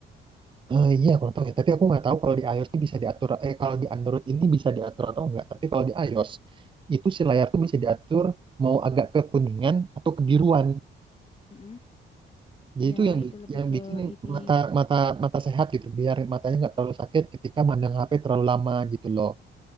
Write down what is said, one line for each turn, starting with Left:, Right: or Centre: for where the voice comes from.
Right: eh, iya aku nggak tahu ya, tapi aku nggak tahu kalau di iOS tuh bisa diatur eh kalau di Android ini bisa diatur atau enggak. Tapi kalau di iOS itu si layar tuh bisa diatur mau agak ke kuningan atau kebiruan.
Left: Mm-mm.
Right: Jadi
Left: Iya,
Right: itu yang bi-
Left: itu lebih
Right: yang
Left: ke
Right: bikin
Left: ini.
Right: mata mata mata sehat gitu, biar matanya nggak terlalu sakit ketika mandang HP terlalu lama gitu loh.